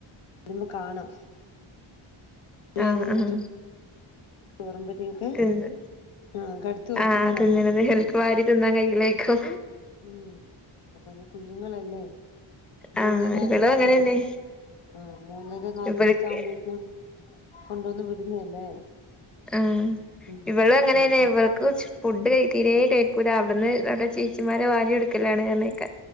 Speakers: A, on the left (about 75°); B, in the centre.
A: അ കാണാം പിള്ളേങ്ങനെ
B: ആഹ് ആഹ്
A: ചോറുമ്പറ്റൊക്കെ
B: തിന്ന്
A: ആഹ കിടത്തി ഉറങ്ങുന്നത്
B: ആഹ് തിന്നണത്
A: കാണാം
B: ഓൽക്ക് വാരി തിന്നാൻ കയ്യിലേക്കും
A: ഉം അപ്പൊ പിന്നെ കുഞ്ഞുങ്ങളല്ലേ മൂന്നര
B: ആഹ് ഇവളും അങ്ങനെന്നെ
A: ആ ആ ഒരു നാലു
B: ഇവൾക്ക്
A: വയസ് ആവുമ്പോഴേക്കും കൊണ്ടുവന്ന് വിടുന്നല്ലേ
B: ഉ
A: ഉം
B: ഇവള് എങ്ങനെന്നെയ
A: ശരിക്കും
B: ഇവൾക്ക് ഫുഡ് തീരെ കഴിക്കൂല അവിടുന്ന് നമ്മടെ ചേച്ചിമാരെ വാരി എടുക്കലാണ് കാരക്ക